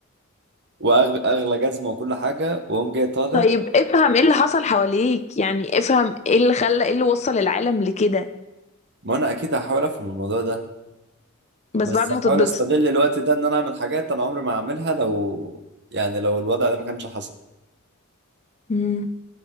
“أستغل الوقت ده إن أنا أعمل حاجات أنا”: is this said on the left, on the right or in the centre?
Right